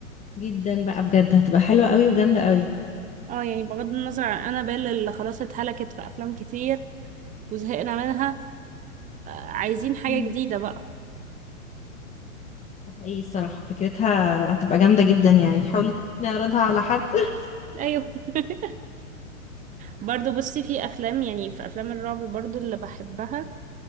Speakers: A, on the left; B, on the right.
A: جدا بقى بجد هتبقى حلوه قوي وجامده قوي
B: اه يعني بغض النظر عن انابيل اللي خلاص اتهلكت في افلام كتير وزهقنا منها آه، عايزين حاجه
A: امم
B: جديده بقى
A: ده حقيقي الصراحه فكرتها هتبقى جامده جدا يعني حاولي نعرضها على حد <laughs>
B: ايوه <laughs> برضو بصي في افلام يعني في افلام الرعب برضو اللي بحبها